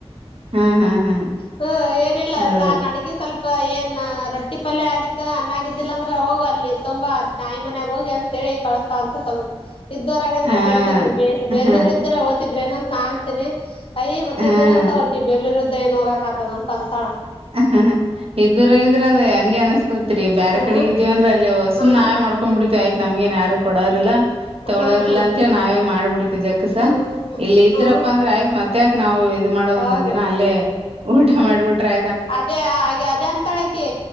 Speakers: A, on the right; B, on the left.
A: ಹಾ ಹಾ ಹಾ
B: ಹ್ಮ ಏನಿಲ್ಲ
A: ಹೌದ್ರಿ
B: ತಾನ್ ಅಡಗ ಸ್ವಲ್ಪ ಏನ್ ರೊಟ್ಟಿ ಪಲ್ಯ ಆಗಿತ್ತ ಅನ್ನಾಗಿದ್ದಿಲ್ಲ ಅಂದ್ರೆ ಹೋಗ ಅಲ್ಲಿ ತುಂಬಾ ತಾಯಿ ಮನ್ಯಾಗ ಹೋಗಿ ಅಂತಿ ಕಳಸ್ತಾ ಅಂತ ಇದ್ದರ
A: ಹಾ
B: ಬ ಬೇಲೂರ್
A: ಹಾ
B: ಇದ್ರೆ ಓದಿದ್ರೇನು ಏನಂತ ನ ಅಂತತೇನೆ ಐ ಮತ್ತೆ
A: ಹಾ
B: ದುರಂತ ಅಂತ ಓ ಬೇಲೂರು ಇದ್ರಏನ್ ಹೋಗಾಕ್ ಆತದ ಅಂತಳ
A: ಹ ಇದರ ಇದ್ರ ಅದೇ ಹಂಗೆ ಅನತ ಬೇರೆ
B: ಹ
A: ಕಡೆಗ ಇದೀವಿ ಅಂದ್ರ ಅಲ್ಲಿ
B: ಹ
A: ಸುಮ್ನ ನಾವೇ ಮಾಡ್ಕೊಂಡ್ ಬಿಡ್ತಿವಿ ಆಯ್ತ ನಮಗ ನ್ ಯಾರು ಕೊಡೋರಿಲ್ಲ ತಗಳೋರ್ಲ್ಲ
B: ಹ ಹ
A: ಅಂತೇಳಿ ನಾವೇ ಮಾಡ್ಬಿಡ್ತಿವಿ ಜಕ್ಕಸ
B: ಹ
A: ಇಲ್ಲ ಇದ್ರಪ್ಪಾ
B: ಹ
A: ಅಂದ್ರೆ ಆಯ್ತ ಮತ್ತ್ಯಾಕಕ್ ನಾವು ಮಾಡದ
B: ಹೌದು
A: ಒಂದೊಂದ ದಿನ ಅಲ್ಲೇ ಊಟ ಮಾಡ್ಬಿಟ್ರೆ
B: ಅದೇ ಹಾಗೆ ಅದೇ ಅಂತಳಕಿ